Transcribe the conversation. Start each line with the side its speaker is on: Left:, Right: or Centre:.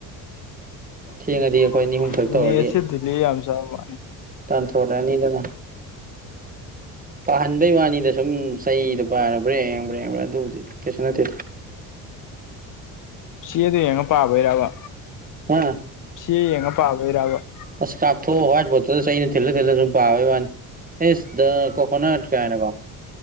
Right: ꯊꯦꯡꯉꯗꯤ
Left: ꯅꯦꯠꯁꯦ
Right: ꯑꯩꯈꯣꯏ ꯑꯅꯤ ꯑꯍꯨꯝꯈꯛ ꯇꯧꯔꯗꯤ
Left: ꯗꯤꯂꯦ ꯌꯥꯝ ꯆꯥꯕ
Right: ꯇꯥꯟꯊꯣꯔꯛꯑꯅꯤꯗꯅ ꯄꯥꯍꯟꯕꯩ ꯋꯥꯅꯤꯗ ꯁꯨꯝ ꯆꯩꯗꯣ ꯄꯥꯏꯔꯒ ꯕꯔ꯭ꯦꯡ ꯕꯔ꯭ꯦꯡ ꯑꯗꯨꯕꯨꯗꯤ ꯀꯩꯁꯨ ꯅꯠꯇꯦ
Left: ꯆꯦꯗꯥ ꯌꯦꯡꯉ ꯄꯥꯕꯩꯔꯕ
Right: ꯍꯥ
Left: ꯆꯦ ꯌꯦꯡꯉ ꯄꯥꯕꯩꯔꯕ
Right: ꯑꯁ ꯀꯥꯞꯊꯣꯛꯑꯒꯥ ꯋꯥꯏꯠ ꯕꯣꯠꯇ ꯆꯩꯅ ꯊꯤꯜꯂ ꯊꯤꯜꯂ ꯁꯨꯝ ꯄꯥꯕꯩ ꯋꯥꯅꯤ ꯑꯦ ꯗ ꯀꯣꯀꯣꯅꯠ ꯀꯥꯏꯅꯀꯣ